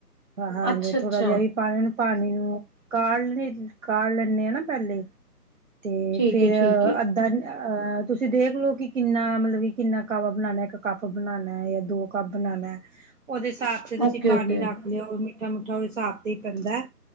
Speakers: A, on the right (about 55°); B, on the right (about 30°).
A: ਹਾਂ
B: ਅੱਛਾ
A: ਜ
B: ਅੱਛਾ
A: ਥੋੜਾ ਜਿਹਾ ਵੀ ਪਾ ਲਣ ਪਾਣੀ ਨੂੰ ਕਾਲ ਵੀ ਕਾ ਲੈਂਨੇ ਆਂ ਨਾ ਪਹਿਲੇ ਤੇ
B: ਠੀਕ
A: ਫੇਰ
B: ਹੈ ਠੀਕ ਹੈ
A: ਅੱਧਾ ਅਹ ਤੁਸੀਂ ਦੇਖਲਓ ਕਿ ਕਿੰਨਾ ਮਤਲਬ ਕਿ ਕਿੰਨਾ ਕਾਵਾ ਬਣਾਉਣਾ ਇੱਕ ਕੱਪ ਬਣਾਉਣਾ ਜਾਂ ਦੋ ਕੱਪ ਬਣਾਣੈ ਉਹਦੇ ਹਿਸਾਬ ਤੇ ਤੁਸੀਂ
B: ਓਕੇ
A: ਪਾਣੀ
B: ਓਕੇ
A: ਰੱਖ ਲਓ ਠਾ ਮੁੱਠਾ ਔਈ ਸਾਬ ਤੀ ਪੈਂਦਾ